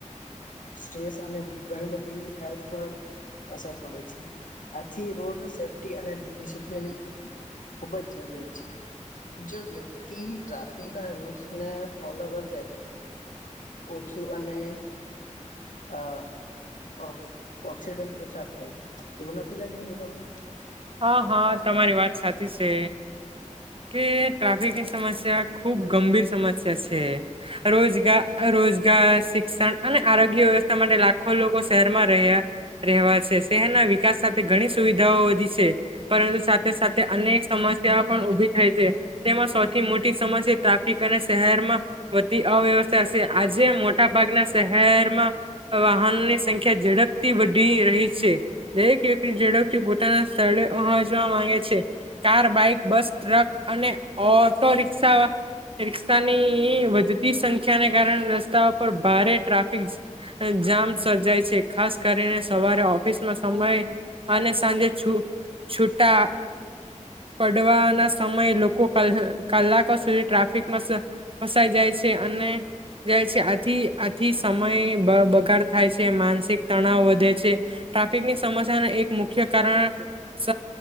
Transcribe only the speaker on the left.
સ્ટેસ અને ઘણી બધી હેલ્થ પર અસર પડે છે. આથી રોડ સેફી અને ડિસપ્ન ખુબ જ જરૂરી છે. જો વ્યક્તિ ટ્રાફિક અને રૂલ્સને ફોલો કર ઓછું અને આ. ઓ ઓક્સિડન ઓછા થાય. એવું નથી લાગી રહ્યું તમને?